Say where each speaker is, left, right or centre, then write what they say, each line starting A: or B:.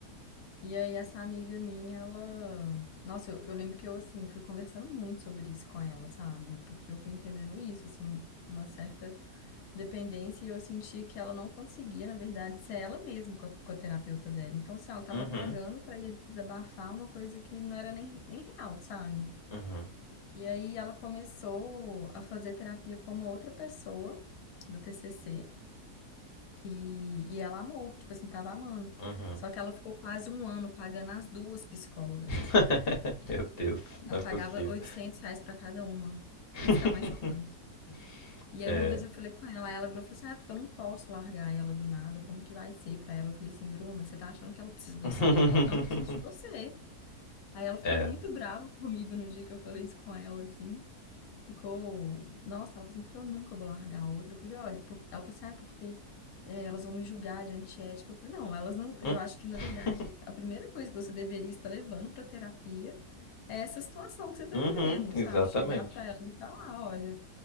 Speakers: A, on the left; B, on the left.
A: E aí, essa amiga minha, ela. Nossa, eu, eu lembro que eu, assim, fui conversando muito sobre isso com ela, sabe? Porque eu fui entendendo isso, assim, um- uma certa dependência, e eu senti que ela não conseguia, na verdade, ser ela mesma com a, com a terapeuta dela. Então, assim, ela tava
B: Uhum,
A: pagando pra ir desabafar uma coisa que não era nem, nem real, sabe?
B: uhum,
A: E aí, ela começou a fazer terapia com uma outra pessoa da TCC. E, e ela amou, tipo assim, tava amando.
B: uhum.
A: Só que ela ficou quase um ano pagando as duas psicólogas.
B: <laughs> Meu Deus,
A: Ela
B: não é possível.
A: pagava 800 reais para cada uma.
B: <laughs>
A: Isso que é o mais chocante. E
B: É.
A: aí uma vez eu falei com ela, aí ela virou e falou assim, ah, é porque eu não posso largar ela do nada, como que vai ser para ela? Eu falei assim, Bruna, você tá achando que ela precisa de
B: <laughs>
A: você? Ela não precisa de você. Aí ela ficou
B: É.
A: muito brava <laughs> comigo no dia que eu falei isso com ela, assim ficou, nossa, ela falou assim, porque eu nunca vou largar a outra. Eu falei, olha, por... ela falou assim, ah, é porque é, elas vão me julgar de antiética. Eu falei, não, elas não,
B: Hum.
A: eu acho que, na
B: <laughs>
A: verdade, a primeira coisa que você deveria estar levando para terapia é essa situação que você está
B: Uhum,
A: vivendo,
B: exatamente.
A: sabe? Chegar para elas e falar, ah, olha,